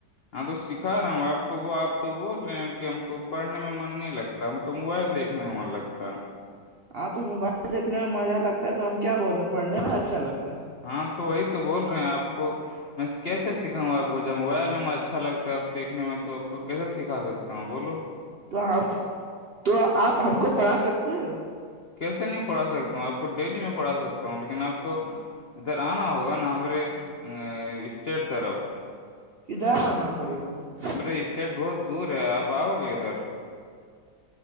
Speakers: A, on the left; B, on the right.
A: ہاں تو سکھا رہا ہوں آپ کو وہ آپ تو بول رہے ہیں کہ ہم کو پڑھنے میں من نہیں لگتا ہم کو موبائل دیکنے میں من لگتا ہے
B: ہاں تو موبائل دیکھنے میں مزہ لگتا ہے تو ہم کیا بولے پڑھنے میں اچھا لگتا ہے
A: ہاں تو وہی تو بول رہے ہیں آپ کو میں کیسے سکھاؤں گ آپ کو جب موبائل نمر اچھا لگتا ہے دیکھنے میں تو آپ کو کیسے سکھا سکتا ہوں بولو
B: تو ہم تو آپ ہم کو پڑھا سکتے ہیں
A: کیسے نہیں پڑھا سکتا ہوں آپ کو ڈیلی میں پڑھا سکتا ہوں لیکن آپ کو ادھر آنا ہوگا نا ہمارے ا <unintelligible> اسٹ طرف
B: ادھر آنا پڑے گا ہم کو
A: امر اسٹیٹ بہت دور ہے آپ آؤ گے ادھر <unintelligible>